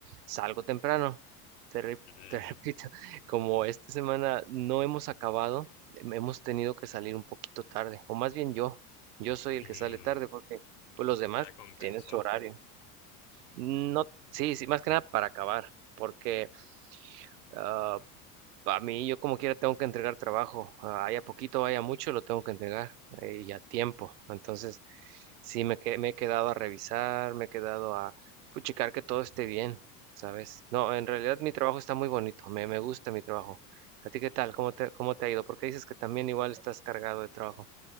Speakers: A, on the right (about 85°); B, on the left (about 85°).
A: salgo temprano. Te, re-
B: Mm,
A: <laughs> te repito, como esta semana no hemos acabado, em- hemos tenido que salir un poquito tarde, o más bien yo, yo soy el
B: mm,
A: que sale tarde porque pues los demás
B: para compensar.
A: tienen su horario. No, sí, sí, más que nada para acabar, porque ah, a mí yo como quiera tengo que entregar trabajo, ah, haya poquito, haya mucho, lo tengo que entregar eh, y a tiempo. Entonces, sí, me, que- me he quedado a revisar, me he quedado a puchicar que todo esté bien, ¿sabes? No, en realidad mi trabajo está muy bonito, me, me gusta mi trabajo. ¿A ti qué tal? ¿Cómo te, cómo te ha ido? Porque dices que también igual estás cargado de trabajo.